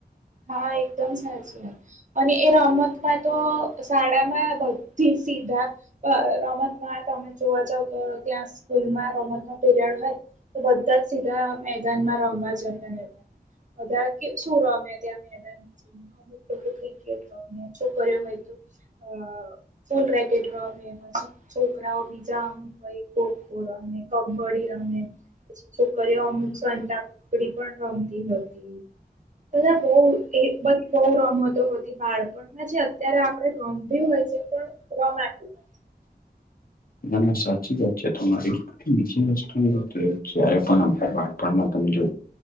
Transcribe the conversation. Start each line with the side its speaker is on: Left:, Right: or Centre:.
Right: હા, એકદમ સચી વાત અને એ રમત માં તો શાળા માં થી સીધા અ રમતમાં તમે જોવા જાવ, તો ત્યાં સ્કૂલમાં રમત નો પિરિયડ હોય. તો બધા જ સીધા મેદાન માં રમવા જતા રહેતા, બધા કે શું રમે ત્યાં મેદાનમાં જઈને અમુક લોકો ક્રિકેટ રમે, છોકરીઓ હોય તો અ ફૂલ રેકેટ રમે, છોકરાઓ બીજા કોઈ ખો-ખો રમે, કબ્ડી રમે. પછી છોકરીઓ અમુક સતાકૂકડી પણ રમતી હતી, બધા બહ એ બઘી બવ રમતો હતી. બાળપણમાં જે અત્યારે આપડે રમવી હોય છે, પણ રમાંતી
Left: ના-ના, સાચી વાત છે તમારી બીજી વસ્તુ એ કે જયારે પણ આપડે બાળપણમાં તમે જો